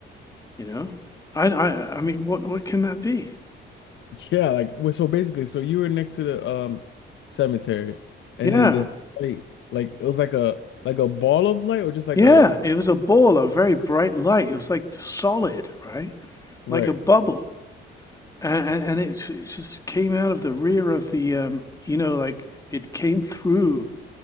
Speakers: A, on the left; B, on the left.
A: you know? I, I, I mean, what, what can that be?
B: Yeah, like well, so basically, so you were next to the um cemetery and
A: Yeah,
B: then this light, like it was like a like a ball of light or just like
A: yeah.
B: a
A: It was a ball of very bright light. It was like solid, right?
B: right.
A: Like a bubble. And, and, and it, j- it just came out of the rear of the, um, you know, like it came through